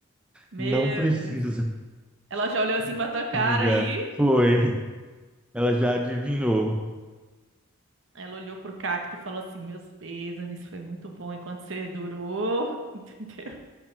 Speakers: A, on the right (about 65°); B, in the centre.
A: Meu
B: Não precisa."
A: Deus. Ela já olhou assim pra
B: <laughs>
A: tua cara
B: Amiga,
A: e
B: Foi. Ela já adivinhou.
A: ela olhou pro cacto e falou assim: Meus pêsames, foi muito bom enquanto você durou. <laughs> Entendeu?